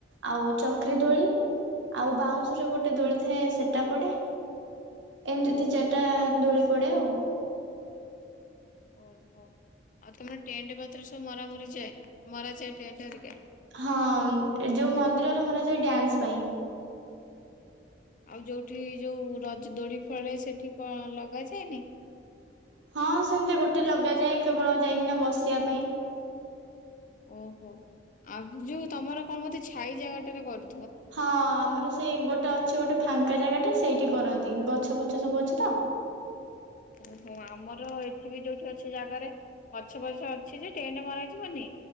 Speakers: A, on the right; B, on the left.
A: ଆଉ ଚକ୍ରି ଦୋଳି ଆଉ ବାଉଁଶରେ ଗୋଟେ ଦୋଳି ଥାଏ ସେଟା ପଡେ ଏମିତି ଦି ଚାରିଟା ଦୋଳି ପଡେ ଆଉ।
B: ଓହୋ ଆଉ ତମର ଟେଣ୍ଟ ପତ୍ର ସବୁ ମରା ମରି ଯାଏ ମରା ଯାଏ ଟେଣ୍ଟ ହେରିକା?
A: ହଁ ଯୋଉ ମନ୍ଦିରରେ ମରା ଯାଏ ଡ୍ୟାନ୍ସ୍ ପାଇଁ।
B: ଆଉ ଯୋଉଠି ଯୋଉ ରଜ ଦୋଳି ଫଳେ ସେଠି କଣ ଲଗାଯାଏନି?
A: ହଁ ସେମିତି ଗୋଟେ ଲଗାଯାଏ କେବଳ ଯାଇକିନା ବସିବା ପାଇଁ।
B: ଓହୋ ଆଉ ଯୋଉ ତମର କଣ ମତେ ଛାଇ ଜାଗାଟାରେ କର୍
A: ହଁ ଆମର ସେଇ ଗୋଟେ ଅଛି ଗୋଟେ ଫାଙ୍କା ଜାଗା ତ ସେଇଠି କରନ୍ତି ଗଛ ଫଛ ସବୁ ଅଛି ତ।
B: ଓହୋ ଆମର ଏଠି ବି ଯୋଉଠି ଅଛି ଜାଗାରେ ଗଛ ପଛ ଅଛି ଯେ ଟେଣ୍ଟେ ମରାଯିବନି